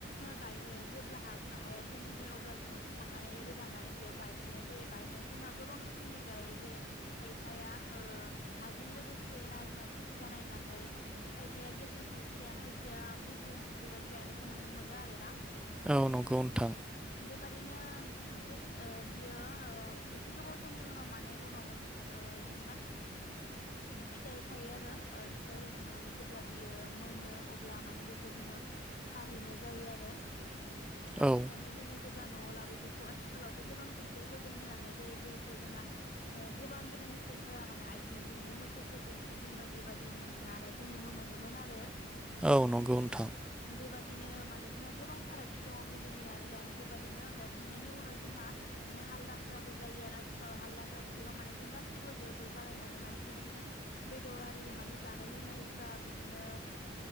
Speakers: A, on the left; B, in the centre.
A: गाययो जेब्ला हाया गोमोन जायो अब्ला जोङो फुखांनानै रोगानानै बेयाव गायहैनाय जायो गायनायाव जोंहा गोबां रोखोमनि गायो जेरै खायफाया। हाजों लोगोसे नायना सुबिदा नायनानै खायफाया गेसें खायसेया खायसेया गुबुं बेबायदि गायनायखौ नुनो मोनो आरो ना।
B: औ नंगौ नोंथां।
A: बेबादिनो बे बियो एसे गोबाव समनि उनाव माने उनावहाय जेनेबा। फिथाइ थायो आरो फिथाइ जाखांनानै जेब्ला बियो मोनो अब्ला माने बेखौ जोङो हाहैनाय जायो आरो। हाहैनानै
B: औ
A: जोङो जे। नआव लाबोयो बेखौ आथिखालावथ गोबां ट्रेक्टर जोंनो नानाय जायो गोदोथ जोंहा गोबां गोदोनि सुबुंफोरा माने। आथिंजोंनो मोसौफोरजोंसो जोंङो बेबादि नानायखौ नुनो मोनोमोन आरो।
B: औ नंगौ नोंथां।
A: बेबायदिनो माने जोंहा गोबां फारागथि दङ गोदोनि आरो दानि बेबायदिनो गायखांनायनि उनाव जोंहा माने हालजांख्राबो जायो आरो आथिखालाव हालजांख्रा बेयाव माने जों गासैबो ज ज जालायनानै। माने बेबायदिनो बेदर आरि माने जानाय लोंनाय हुदा बिदिनो